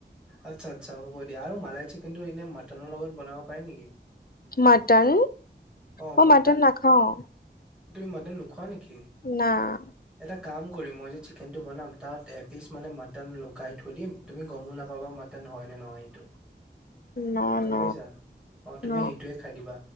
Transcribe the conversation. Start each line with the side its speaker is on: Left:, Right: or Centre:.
Centre: আচ্ছা আচ্ছা হ'ব দিয়া আৰু মালাই চিকেনটো এনে মাটনৰ লগত বনাব পাৰি নেকি?
Left: মাটন
Centre: অ
Left: অঁ
Centre: মটন
Left: মাটন নাখাওঁ।
Centre: তুমি মাটন নোখোৱা নেকি?
Left: না -
Centre: এটা কাম কৰিম মই যে চিকেনটো বনাম তাত এপিচ মানে মটন লুকাই থৈ দিম তুমি গমো নাপাবা মটন হয় নে নহয় সেইটো।
Left: ন
Centre: গম
Left: ন
Centre: পাইছা অ তুমি
Left: ন
Centre: সেইটোয়ে খাই দিবা